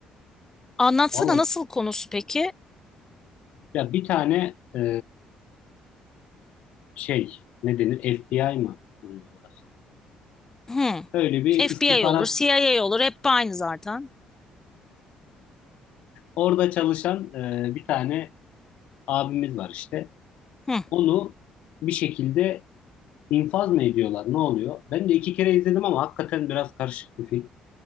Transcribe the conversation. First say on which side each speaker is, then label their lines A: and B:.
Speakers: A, on the left (about 25°); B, on the left (about 70°).
A: Anlatsana
B: valla
A: nasıl konusu peki?
B: ya bir tane e, şey ne denir FBI mı oluyor orası?
A: Hmm.
B: Böyle bir istihbarat
A: FBI olur, CIA olur. Hep aynı zaten.
B: orada çalışan e, bir tane abimiz var işte.
A: Hı,
B: Onu bir şekilde infaz mı ediyorlar ne oluyor? Ben de iki kere izledim ama hakikaten biraz karışık bir film.